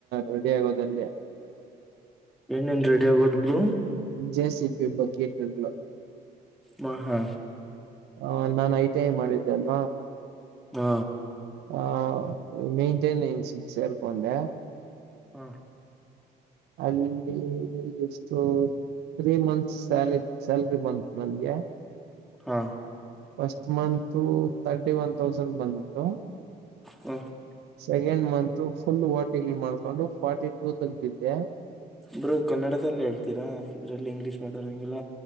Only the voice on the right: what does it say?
ರೆಡಿ ಆಗೋದಲ್ಲಿ.
ಜೆ ಸಿ ಪಿ ಬಕೆಟುಗಳು.
ಹ ನಾನ್ ಐಟಿಐ ಮಾಡಿದ್ದೆ ಅಲ್ವಾ.
ಆ ಮೇಂಟೆನೆನ್ಸ್ ಸೇರ್ಕೊಂಡೆ.
ಅಲ್ಲಿ ಎಷ್ಟು. ತ್ರೀ ಮಂತ್ಸ್ ಸಾಲ ಸ್ಯಾಲ್ರಿ ಬಂತ್ ನನ್ಗೆ.
first month thirty one thousand ಬಂದಿತ್ತು
ಸೆಕೆಂಡ್ ಮಂತ್ ಫುಲ್ ವಓಟಿಂಗ್ ಮಾಡ್ಕೊಂಡು ಫಾರ್ಟಿ ಟೂ ತಗಿದ್ದೆ